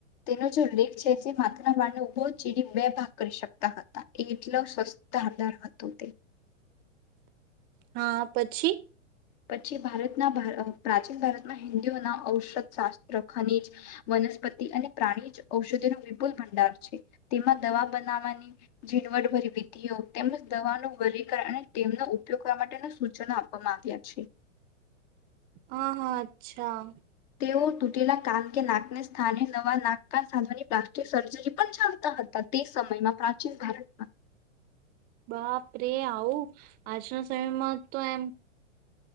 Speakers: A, on the left; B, on the right.
A: તેનો જે છે જે માત્ર વાળને ઉભો ચીડી બે ભાગ કરી શકતા હતા એ એટલો સસ્તાદાર હતો તે
B: હા પછી
A: પછી ભારતના પ્રાચીન ભારતમાં હિન્દુઓના ઔષધ શાસ્ત્ર ખનીજ વનસ્પતિ અને પ્રાણી જ ઔષધિ ન વિપુલ ભંડાર છે તેમાં દવા બનાવવાની ઝીણવટભરી વિધિઓ તેમજ દવાનું વગકરણ અને તેમનો ઉપયોગ કરવા માટેના સૂચનો આપવામાં આવ્યા છી
B: હા હા અચ્છા
A: તેઓ તૂટેલા કાન કે નાકને સ્થાને નવા નાક કાન સાધવાની પ્લાસ્ટિક સર્જરી પણ ચાલતા હતા તે સમયમાં પ્રાચીન ભારતમાં
B: બાપરે આવું આજના સમયમાં તો એમ